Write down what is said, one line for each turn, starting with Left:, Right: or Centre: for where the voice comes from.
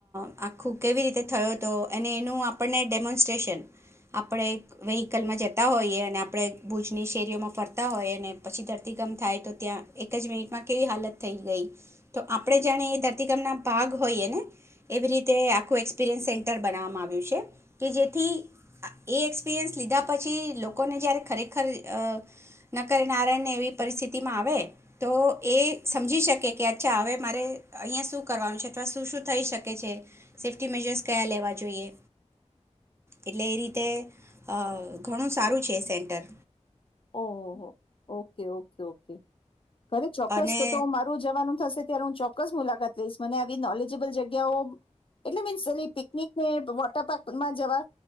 Right: અ આખું કેવી રીતે થયો તો અને એનું આપણને ડેમોન્સ્ટ્રેશન આપણે વ્હિકલમાં જતા હોઈએ અને આપણે ભુજની શેરીઓમાં ફરતા હોઈએ અને પછી ધરતીકામ થાય તો ત્યાં એક જ મિનિટમાં કેવી હાલત થઈ ગઈ તો આપણે જાણે એ ધરતીકપના ભાગ હોઈએ ને એવી રીત એ આખું એક્સપિરિયન્સ સેન્ટર બનાવવામાં આવ્યું છે કે જેથી એ એક્સપિરિયન્સ લીધા પછી લોકોને જ્યારે ખરેખર ન કરનારાયને એવી પરિસ્થિતિમાં આવે તો એ સમજી શકે કે અચ્છા હવે મારે અહીંયા શું કરવાનું છે અથવા શું શું થઈ શકે છે. સેફ્ટી મેજર્સ કયા લેવા જોઈએ એટલે એ રીતે અ ઘણું સારું છે એ સેન્ટર.
Left: ઓહો ઓકે ઓકે ઓકે. કરે ચોક્કસ
Right: અને
Left: તો તો મારું જવાનું થશે. ત્યાર હું ચોક્કસ મુલાકાત લઈશ મને આવી નોલેજેબલ જગ્યાઓ એટલે મીન્સ પિકનિકને વોટર પાર્કમાં જવા